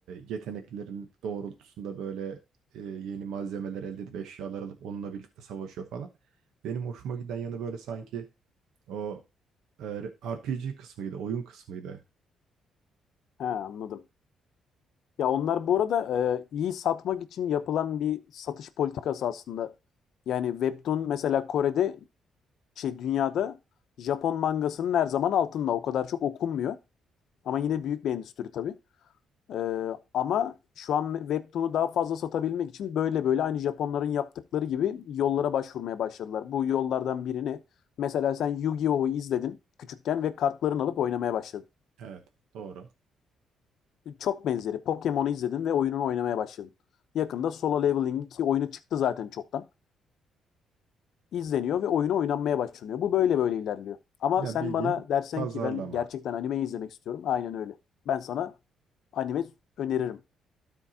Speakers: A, on the right; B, on the left.
A: yeteneklerin doğrultusunda böyle eee, yeni malzemeler elde edip eşyalar alıp onunla birlikte savaşıyor falan. Benim hoşuma giden yanı böyle sanki o eee, RPG kısmıydı, oyun kısmıydı.
B: he anladım. Ya onlar bu arada e, iyi satmak için yapılan bir satış politikası aslında. Yani Webtoon mesela Kore'de şey dünyada Japon mangasının her zaman altında. O kadar çok okunmuyor. Ama yine büyük bir endüstri tabii. E, ama şu an Webtoon'u daha fazla satabilmek için böyle böyle aynı Japonların yaptıkları gibi yollara başvurmaya başladılar. Bu yollardan birini mesela sen Yu-Gi-Oh'u izledin küçükken ve kartlarını alıp oynamaya başladın.
A: Evet, doğru.
B: Çok benzeri. Pokemon'u izledin ve oyununu oynamaya başladın. Yakında Solo Leveling ki oyunu çıktı zaten çoktan. izleniyor ve oyunu oynanmaya başlanıyor. Bu böyle böyle ilerliyor. Ama
A: Yani
B: sen
A: bildiğin
B: bana dersen
A: pazarlama.
B: ki ben gerçekten anime izlemek istiyorum. Aynen öyle. Ben sana anime öneririm.